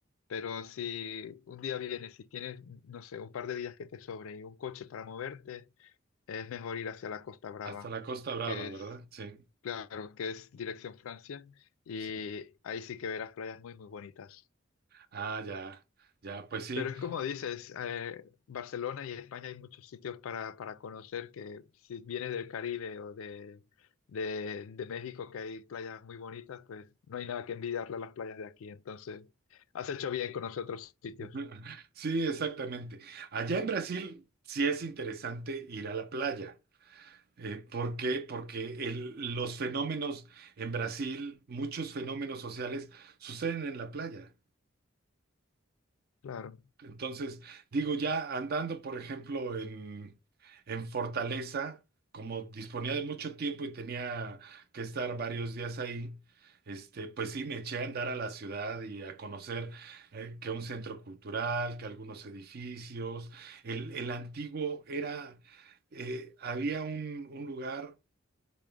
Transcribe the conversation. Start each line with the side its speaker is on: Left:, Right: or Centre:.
Left: Pero si un día vienes y tienes, no sé, un par de días que te sobren y un coche para moverte, es mejor ir hacia la Costa Brava,
Right: hasta la Costa Brava,
Left: que
Right: ¿verdad?
Left: es,
Right: Sí,
Left: claro, que es dirección Francia, y
Right: sí.
Left: ahí sí que verás playas muy, muy bonitas.
Right: Ah, ya, ya, pues sí.
Left: Pero es como dices, eh, Barcelona y España hay muchos sitios para, para conocer que si vienes del Caribe o de, de, de México, que hay playas muy bonitas, pues no hay nada que envidiarle a las playas de aquí. Entonces, has hecho bien con otros sitios.
Right: <laughs> Sí, exactamente. Allá en Brasil sí es interesante ir a la playa. Eh, ¿por qué? Porque el- los fenómenos en Brasil, muchos fenómenos sociales suceden en la playa.
Left: Claro.
Right: Entonces, digo, ya andando, por ejemplo, en, en Fortaleza, como disponía de mucho tiempo y tenía que estar varios días ahí, este, pues sí, me eché a andar a la ciudad y a conocer eh, que un centro cultural, que algunos edificios. El, el antiguo era, eh, había un, un lugar